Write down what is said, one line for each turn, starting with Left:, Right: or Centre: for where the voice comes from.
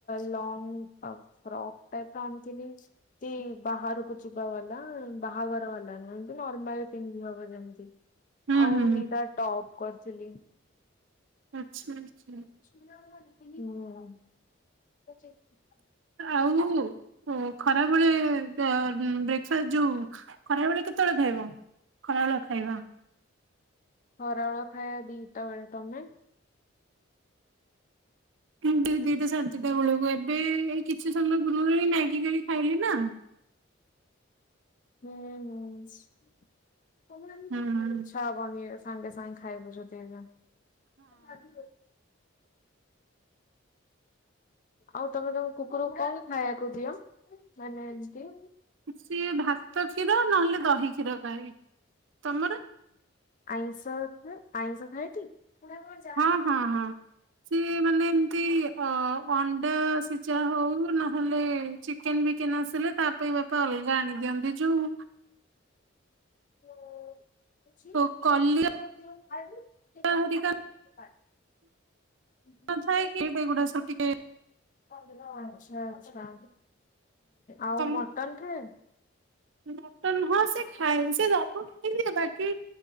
Left: ଲଙ୍ଗଫ୍ରକ। ଫ୍ରକଟା ତ ଆଣିଥିଲି। ଏମିତି ବାହାରକୁ ଯିବା ବାଲା ବାହାଘର ବାଲା ନୁହେଁ ଏମତି ନର୍ମାଲ ପିନ୍ଧି ହବ ଯେମତି।
Right: ହୁଁ
Left: ଆଉ
Right: ହୁଁ
Left: ଦିଇଟା ଟପ୍ କରିଥିଲି।
Right: ଆଚ୍ଛା ଆଚ୍ଛା।
Left: ହୁଁ।
Right: ଆଉ। ଓ ଖରାବେେଳେ ବ୍ରେକଫାଷ୍ଟ ଯୋଉ ଖରା ବେଳେ କେତେବେଳେ ଖାଇବ। ଖରାବେଳ ଖାଇବା।
Left: ଖରାବେଳ ଖାଇବା ଦିଇଟା ବେଳେ ତମେ।
Right: କିନ୍ତୁ ଦିଇଟା ସାଢ଼େଦିଇଟା ବେଳକୁ ଏବେ ଏଇ କିଛି ସମୟ ପୂର୍ବରୁ ଏ ମାଗି କରି ଖାଇଲି ନାଁ।
Left: ହୁଁହୁଁ। ବନେଇ
Right: ହଁ।
Left: ସାଙ୍ଗେ ସାଙ୍ଗେ ଖାଇବୁ ଯଦି ଏଇନା। ତା <unintelligible> ଆଉ ତମେ ତମ କୁକୁରକୁ କଣ ଖାଇବାକୁ ଦିଅ ମାନେ ଏମତି।
Right: ସିଏ ଭାତ କ୍ଷୀର ନହେଲେ ଦହି କ୍ଷୀର ଖାଏ ତମର।
Left: ଆଇଂସ ଆଇଂସ ଖାଏକି। ହେରା କଣ ଯାଏ କି।
Right: ହଁ ହଁ ହଁ ସିଏ ମାନେ ଏମିତି ଅ ଅଣ୍ଡା ସିଜା। ଯା ହଉ ନହେଲେ ଚିକେନ୍ ବିକେନ୍ ଆସିଲେ ତା ପାଇଁ ବାପା ଅଲଗା ଆଣିଦିଅନ୍ତି ଯୋଉ।
Left: ତଛିିବ
Right: ଓ
Left: ସେ
Right: କଲିଆ
Left: <unintelligible>
Right: ହରିକା
Left: ହ <unintelligible>
Right: ନଥାଏ କି ଏଗୁଡା ସବୁ ଟିକେ
Left: ଓହୋ ଆଛା ଆଛା ଆଉ
Right: ତମ
Left: ମଟନ ଖାଏ।
Right: ମଟନ ହଁ। ସେ ଖାଏ ସେ ସବୁ ଖାଇଦିଏ ବାକି